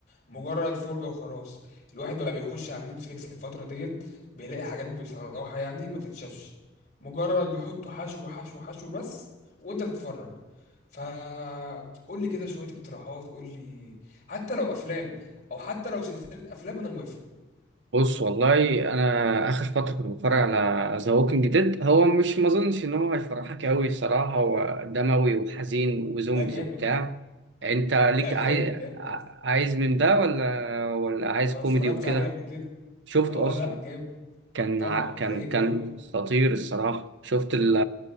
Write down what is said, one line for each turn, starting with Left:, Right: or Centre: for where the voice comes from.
Left: مجرد فرجه وخلاص الواحد بقى بيخش على نتفليكس الفتره ديت بيلاقي حاجات بصراحه يعني ما تتشافش مجرد بيحطوا حشو حشو حشو بس وانت بتتفرج فقول لي كده شويه اقتراحات قول لي حتى لو افلام او حتى لو سلسله افلام انا موافق
Right: بص والله انا اخر فتره كنت بتفرج على ذا ووكينج ديد هو مش ما اظنش ان هو هيفرحك قوي الصراحه هو دموي وحزين وزومبيز
Left: لا جامد
Right: وبتاع انت ليك
Left: لا جامد
Right: عايز
Left: جامد
Right: عايز من ده ولا ولا عايز
Left: انا
Right: كوميدي
Left: اتفرجت
Right: وكده
Left: عليه قبل كده
Right: شفته
Left: اه
Right: اصلا
Left: لا جامد
Right: كان
Left: طبعا
Right: ع- كان
Left: رايق
Right: كان
Left: قوي
Right: خطير الصراحه شفت ال